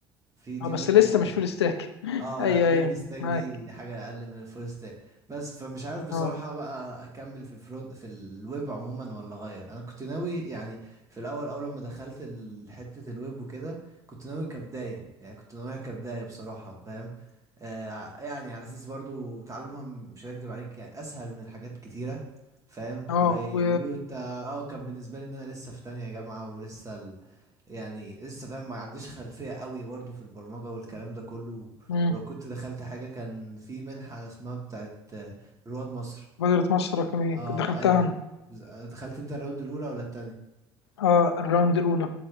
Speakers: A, on the right; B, on the left.
A: في دي
B: اه بس
A: ميرن
B: لسه
A: ستاك
B: مش فول ستاك <laughs>
A: اه
B: ايوه
A: لا ميرن
B: ايوه
A: ستاك
B: معاك
A: دي حاجة اقل من الفول ستاك بس فمش عارف بصراحة
B: اه
A: بقى اكمل في الفرونت في الويب عموما ولا اغير انا كنت ناوي يعني في الاول اول لما دخلت ال- حتة الويب وكده كنت ناوي كبداية يعني كنت ناويها كبداية بصراحة فاهم آه يعني على اساس برضو تعلمها م- مش هكدب عليك يعني اسهل من حاجات كتيرة فاهم
B: اه
A: وأي-
B: و
A: وت... اه كان بالنسبة لي ان انا لسه في تانية جامعة ولسه ال... يعني لسه فاهم ما عنديش خلفية قوي برضه في البرمجة والكلام ده كله
B: مم.
A: ولو كنت دخلت حاجة كان في منحة اسمها بتاعت آه، رواد مصر
B: مبادرة مصر الرقمية
A: اه
B: كنت دخلتها
A: ايوه
B: انا
A: بز- دخلت انت الراوند الاولى ولا التانية
B: اه الراوند الاولى